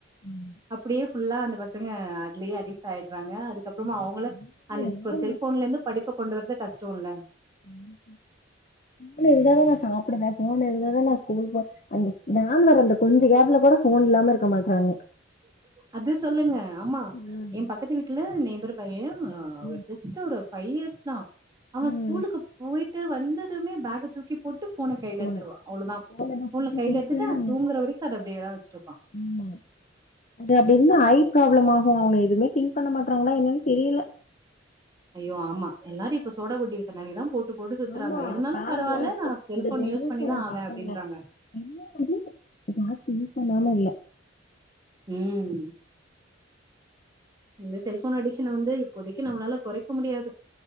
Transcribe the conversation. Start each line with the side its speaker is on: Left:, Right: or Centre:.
Left: ம்.
Right: அப்படியே ஃபுல்லா அந்த பசங்க அதுலேயே அடிக்ட் ஆயடுறாங்க அது க்கப்பறமா
Left: ஆமா. ம்.
Right: அவங்கள
Left: எல்லாமே
Right: அந்த
Left: ரொம்ப
Right: செல்போன்ல இருந்து படிப்ப கொண்டு வரது கஷ்டம் இல்ல
Left: உம் போன் இருந்தாதா நா சாப்பிடுவே போன் இருந்தாதா நா ஸ்கூல் போவே. அந்த வேன் வர அந்த கொஞ்ச கேப்ல கூட போன் இல்லாம இருக்க மாட்டாங்க
Right: அத சொல்லுங்க ஆமா
Left: ம்
Right: எ பக்கத்து வீட்டுல நெய்பர் பைய
Left: ம்
Right: ஜஸ்டு ஒரு பைவ் இயர்ஸ் தா அவ ஸ்கூலுக்கு
Left: ம்
Right: போயி ட்டு வந்ததுமே பேக் தூக்கி போட்டு போட்டு போன கையில
Left: ஃபோனு
Right: எடுத்துடுவா அவ்வளவுதா
Left: ஃபோன் எது
Right: போன்ல
Left: ஃபோன்
Right: கையில
Left: குடுக்கலனா
Right: எடுத்துட்டு தூங்குற வரைக்கும் அத அப்படியேதா வச்சுட்டு இருப்பா
Left: ஆமா அது அப்படியே இருந்தா ஐ ப்ராப்ளம் ஆகும் அவங்க எதுவுமே திங்க் பண்ண மாட்டாங்களா என்னன்னு தெரியல
Right: ஐயோ ஆமா எல்லாரும் இப்ப சோடாபுட்டி கண்ணாடி தா போட்டு போட்டு சுத்துறாங்க
Left: ஆமா
Right: இருந்தாலு
Left: பாருங்களே
Right: பரவால்ல
Left: இப்ப
Right: நா செல்போன்
Left: இந்த ஜென்ரேஷன்
Right: யூஹ் பண்ணிதா ஆவே
Left: பசங்க
Right: அப்படின்றாங்க
Left: என்ன வந்து பாத்து யூஸ் பண்ணாம இல்ல
Right: ம் இந்த செல்போன் அடிக்ஷன் வந்து இப்போதைக்கு நம்மளால குறைக்க முடியாது.